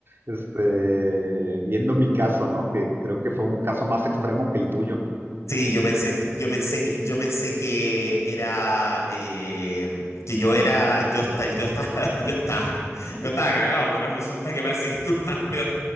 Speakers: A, on the right (about 50°); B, on the left (about 65°).
A: este, viendo mi caso, ¿no? Que creo que fue un caso más extremo que el tuyo.
B: Sí, yo pensé, yo pensé que, yo pensé que era, eh, que yo era, yo estaba, yo estaba, <laughs> yo estaba, yo estaba cagado, pero resulta que parece que tú estás peor.